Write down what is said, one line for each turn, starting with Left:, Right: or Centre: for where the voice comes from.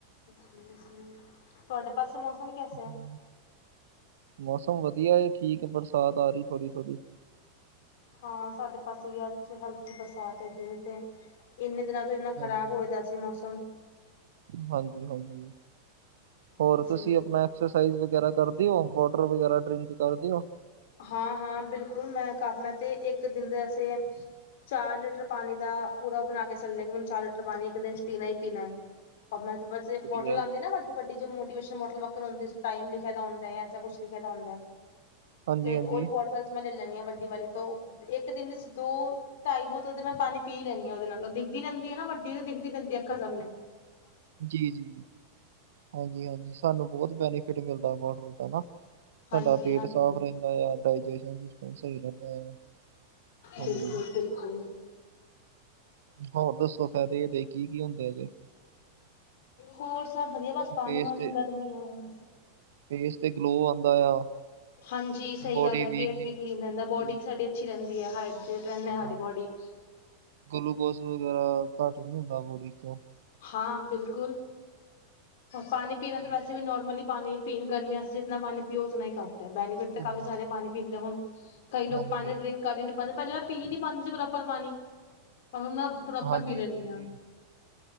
Left: ਤੁਹਾਡੇ ਪਾਸੇ ਮੌਸਮ ਕੈਸਾ
Right: ਹਾਂ,
Left: ਹੈ?
Right: ਮੌਸਮ ਵਧੀਆ ਏ, ਠੀਕ ਐ ਬਰਸਾਤ ਆ ਰਹੀ ਥੋੜੀ ਥੋੜੀ।
Left: ਹਾਂ, ਸਾਡੇ ਪਾਸੇ ਵੀ ਅੱਜ ਚ ਹਲਕੀ ਬਰਸਾਤ ਹੈਗੀ ਏ ਤੇ। ਇੰਨੇ ਦਿਨਾਂ ਤੋਂ ਇੰਨਾ ਖ਼ਰਾਬ
Right: ਹਾਂਜੀ
Left: ਹੋਏਦਾ ਸੀ ਮੌਸਮ।
Right: ਹਾਂਜੀ ਹਾਂਜੀ, ਹੋਰ
Left: ਜੀ
Right: ਤੁਸੀਂ ਅਪਨਾ ਐਕਸਰਸਾਈਜ਼ ਵਗੈਰਾ ਕਰ ਦਿਓ? ਵਾਟਰ ਵਗੈਰਾ ਡਰਿੰਕ ਕਰ ਦਿਓ?
Left: ਹਾਂ ਹਾਂ, ਬਿਲਕੁਲ ਮੈਂ ਕਾਫ ਮੈਂ ਤੇ ਇੱਕ ਦਿਨ ਦੇ ਵਸੇ ਚਾਰ ਲੀਟਰ ਪਾਣੀ ਦਾ ਪੂਰਾ ਬਣਾ ਕੇ ਚੱਲਣੇ ਕਿ ਮੈਨੂੰ ਚਾਰ ਲੀਟਰ ਪਾਣੀ ਇੱਕ ਦਿਨ ਚ ਪੀਣਾ ਹੀ ਪੀਣਾ ਹੈ ਪਰ ਮੈਂ
Right: ਵਧੀਆ
Left: ਬੋਟਲ
Right: ਹੈ।
Left: ਆਂਦੇ ਨਾ ਵੱਡੀ-ਵੱਡੀ ਮੋਟੀਵੇਸ਼ਨਲ ਬੋਟਲ ਵਕਰ ਹੁੰਦੀ ਸੀ ਟਾਈਮ ਲਿਖ ਦਾ ਹੁੰਦਾ ਹੈ ਏਸਾ ਕੁਛ ਲਿਖ ਦਾ ਹੁੰਦਾ ਹੈ।
Right: ਹਾਂਜੀ
Left: ਤੇ
Right: ਹਾਂਜੀ
Left: ਓਲੀ ਵੋਟਲਾਚ ਮੈਂ ਲੈ ਲੈਣੀ ਹਾਂ ਵੱਡੀ ਵਾਲੀ ਤੋਂ ਇੱਕ ਦਿਨ ਚ ਦੋ ਢਾਈ ਬੋਤਲ ਤੇ ਮੈਂ ਪਾਣੀ ਪੀ ਹੀ ਲੈਂਦੀ ਹਾਂ ਉਹਦੇ ਨਾਲ ਦਿਖਦੀ ਰਹਿੰਦੀ ਹੈ ਨਾ ਵੱਡੀ ਤੇ ਦਿਖਦੀ ਰਹਿੰਦੀ ਅੱਖਾ ਸਾਮਣੇ।
Right: ਜੀ-ਜੀ ਹਾਂਜੀ-ਹਾਂਜੀ ਸਾਨੂੰ ਬਹੁਤ ਬੈਨੀਫਿਟ ਮਿਲਦਾ ਵਾਟਰ ਦਾ ਨਾ
Left: ਹਾਂਜੀ
Right: ਸਾਡਾ ਪੇਟ
Left: ਹਾਂਜੀ
Right: ਸਾਫ਼ ਰਹਿੰਦਾ ਆ, ਡਾਈਜੇਸਣ ਸਿਸਮ ਸਹੀ ਰਹਿੰਦਾ ਆ। ਹਾਂਜੀ
Left: ਬਿਲਕੁਲ-ਬਿਲਕੁਲ।
Right: ਹੋਰ ਦੱਸੋ ਫਾਇਦੇ ਇਹਦੇ ਕੀ ਕੀ ਹੁੰਦੇ ਜੇ?
Left: ਹੋਰ ਸਭ ਵਧੀਆ ਬਸ ਪਾਣੀ
Right: ਫੇਸ
Left: ਵਾਂਣੀ
Right: ਤੇ
Left: ਗਰਮੀ ਆ ਹੁਣ।
Right: ਫੇਸ ਤੇ ਗਲੋ ਆਉਂਦਾ ਆ।
Left: ਹਾਂਜੀ, ਸਹੀ
Right: ਬੋਡੀ
Left: ਗੱਲ ਹੈ ਪੇਟ
Right: ਵੀਕ ਨਹੀਂ
Left: ਵੀ ਕਲੀਨ ਰਹਿੰਦਾ,
Right: ਹੁੰਦੀ
Left: ਬੋਡੀ ਵੀ ਸਾਡੀ ਅੱਛੀ ਰਹਿੰਦੀ ਹੈ ਹ। ਫਿਰ ਕਹਿੰਦੇ ਸਾਡੀ
Right: ਹਾਂਜੀ
Left: ਬੋਡੀ ਚ।
Right: ਗਲੂਕੋਸ ਵਗੈਰਾ ਘੱਟ ਨਹੀਂ ਹੁੰਦਾ ਬੋਡੀ ਚੋਂ।
Left: ਹਾਂ ਬਿਲਕੁਲ। ਪਾਣੀ ਪੀਣਾ
Right: ਤੇ
Left: ਤਾਂ ਵੈਸੇ ਵੀ ਨੋਰਮਲੀ ਪਾਣੀ ਪੀਣ ਗਰਮੀਆਂ ਜੀਤਨਾ ਪਾਣੀ ਪੀਓ, ਉਤਨਾ ਹੀ ਕਮ। ਬੈਨੀਫਿਟ ਤੇ
Right: ਉਨਾ
Left: ਕਾਫੀ ਸਾਰੇ
Right: ਹੀ
Left: ਪਾਣੀ ਪੀਣ ਦੇ ਹੁਨ, ਕਈ ਲੋਕ
Right: ਹਾਂਜੀ
Left: ਪਾਣੀ ਡਰਿੰਕ ਕਰ ਹੀ ਨ। ਪਹਲੇ ਪਹਿਲੇ ਮੈਂ ਪੀ ਨੀ ਪਾਂਦੀ ਸੀ ਪ੍ਰੋਪਰ ਪਾਨੀ। ਪਰ ਹੁਣ ਮੈਂ ਪ੍ਰੋਪਰ
Right: ਹਾਂਜੀ
Left: ਪੀ ਲੈਂਦੀ
Right: ਹਾਂਜੀ ਜੀ
Left: ਹਾਂ।
Right: ਜੀ